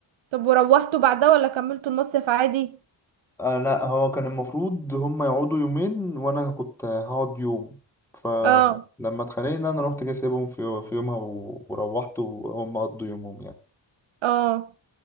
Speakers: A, on the right; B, in the centre.
A: طب وروحتوا بعدها ولا كملتوا المصيف عادي
B: آه لا هو كان المفروض هم يقعدوا يومين وانا كنت هقعد يوم فلما
A: اه
B: اتخانقنا انا رحت جاي سايبهم في في يومها و- وروحت وهم قضوا يومهم يعني
A: اه